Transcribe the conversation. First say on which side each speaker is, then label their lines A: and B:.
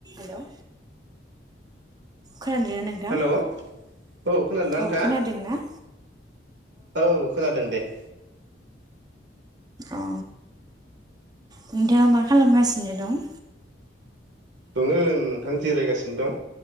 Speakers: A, on the right; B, on the right.
A: Hello खोनानदोंना नोंथां।
B: Hello औ खोनादों ना नोंथाङा?
A: औ खोनादों ना?
B: औ खोनादों दे। <inaudible>
A: अ नोंथाङा मा खालामगासिनो दं?
B: दङ नोंथां जिरायगासिनो दं